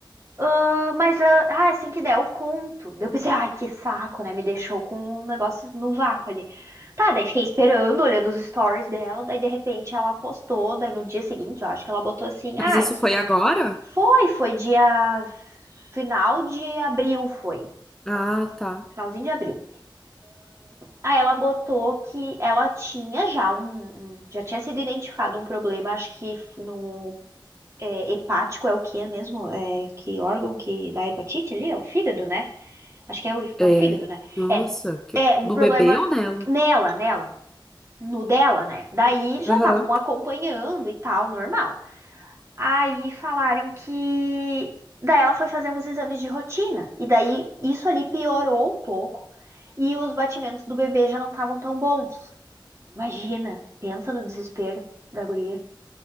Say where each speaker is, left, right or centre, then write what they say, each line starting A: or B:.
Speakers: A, on the right; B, in the centre.
A: Ah, mas, ah, ah, assim que der, eu conto. Daí eu pensei, ai, que saco, né? Me deixou com um negócio no vácuo ali. Tá, daí fiquei esperando, olhando os stories dela, daí de repente ela postou, daí no dia seguinte, eu acho que ela botou assim, ah,
B: Mas isso
A: que
B: foi agora?
A: foi, foi dia Final de abril foi.
B: Ah, tá.
A: Finalzinho de abril. Aí ela botou que ela tinha já um. um- Já tinha sido identificado um problema, acho que no. é, hepático é o que é mesmo? É, que órgão que dá hepatite ali? É o fígado, né? Acho que é o, é
B: É,
A: o fígado, né?
B: nossa,
A: É.
B: que...
A: É um
B: do
A: problema
B: bebê ou dela?
A: nela, nela. No dela, né? Daí já
B: Aham.
A: estavam acompanhando e tal, normal. Aí falaram que. Daí ela foi fazer uns exames de rotina. E daí isso ali piorou um pouco. E os batimentos do bebê já não estavam tão bons. Imagina, pensa no desespero da guria.